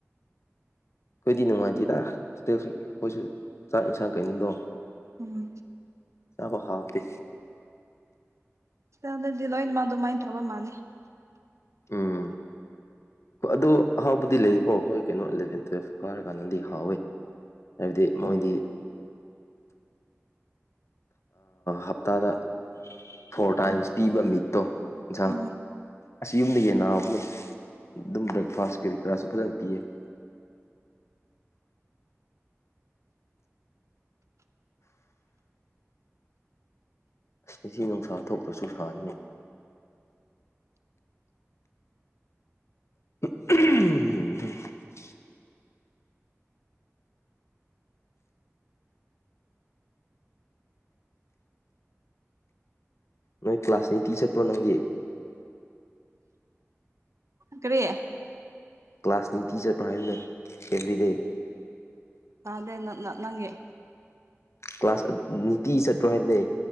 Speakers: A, on the left; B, on the right.
A: ꯑꯩꯈꯣꯏꯗꯤ ꯅꯨꯡꯉꯥꯏꯇꯦꯗ ꯍꯣꯁꯇꯦꯜꯁꯨ ꯑꯩꯈꯣꯏꯁꯨ ꯆꯥꯛ ꯏꯟꯁꯥ ꯀꯗꯣ
B: ꯎꯝ
A: ꯆꯥꯕ ꯍꯥꯎꯇꯦ
B: ꯑꯗꯗꯤ ꯂꯣꯏꯅ ꯃꯥ ꯑꯗꯨꯃꯥꯏꯅ ꯇꯕ ꯃꯥꯜꯅꯦ
A: ꯎꯝ ꯍ ꯑꯗꯨ ꯑꯍꯥꯎꯕꯗꯤ ꯂꯩꯌꯦꯀꯣ ꯍꯣꯏ ꯀꯩꯅꯣ ꯑꯦꯂꯚꯦꯟ ꯇꯨꯋꯦꯜꯐ ꯀꯥꯔꯀꯥꯟꯗꯗꯤ ꯍꯥꯎꯋꯤ ꯍꯥꯏꯕꯗꯤ ꯃꯣꯏꯗꯤ ꯍꯞꯇꯥꯗ ꯐꯣꯔ ꯇꯥꯏꯝꯁ ꯄꯤꯕ ꯃꯤꯠꯇꯣ ꯏꯟꯁꯥ
B: ꯎꯝ
A: ꯑꯁꯤꯁ ꯌꯨꯝꯗ ꯌꯦ ꯅꯥꯕꯅꯦ ꯑꯗꯨꯝ ꯕ꯭ꯔꯦꯛꯐꯥꯁ ꯀꯔꯤ ꯀꯔꯥꯁꯨ ꯐꯖꯅ ꯄꯤꯌꯦ <inaudible> ꯑꯁꯤꯗꯁꯤ ꯅꯨꯡꯁꯥ ꯊꯣꯛꯇ꯭ꯔꯁꯨ ꯁꯥꯔꯤꯅꯤ <unintelligible> ꯅꯣꯏ ꯀ ꯀ꯭ꯂꯥꯁꯅꯤ ꯇꯤ ꯆꯔꯇ ꯄꯣ ꯅꯥꯡ ꯗꯌꯦ
B: ꯀꯔꯤꯦ
A: ꯀ꯭ꯂꯥꯁꯅꯤ ꯇꯤꯆꯔ ꯄ꯭ꯔ ꯍꯥꯏꯅ ꯑꯦꯚ꯭ꯔꯤꯗꯦ
B: ꯑꯗꯦ ꯅ ꯅꯪꯒꯤꯦ
A: ꯀ꯭ꯂꯥꯁ ꯅꯨꯡꯇꯤ ꯆꯠꯇꯄ꯭ꯔꯣ ꯍꯥꯏꯕꯅꯤ